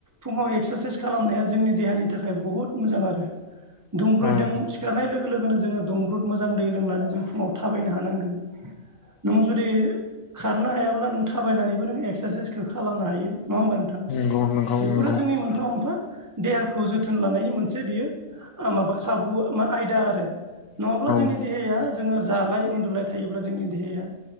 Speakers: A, on the right; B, on the left.
A: फुङाव एक्सारसाइस खालामनाया जोंनि देहानि थाखाय बहुत मोजां आरो। दुंब्रुदजों
B: औ
A: सिखारनाय लोगो लोगोनो जोङो दुंब्रुद मोजां दै लोंनानै जों फुङाव थाबायनो हानांगोन। नोंङ जुदि खारनो हायाब्ला नों थाबायनानैबो नों एक्सारसाइसखौ खालामनो हायो। नङा होमबा नोंथां?
B: नंगौ नंगौ
A: बेफोरो
B: नंगौ
A: जोंनि मोनफा मोनफा देहाखौ जोथोन लानायनि मोनसे बियो माबा खाबु मा आयदा आरो। नङाब्ला जोंनि
B: औ
A: देहाया जोङो जालाय उन्दुलाय थायोब्ला जोंनि देहाया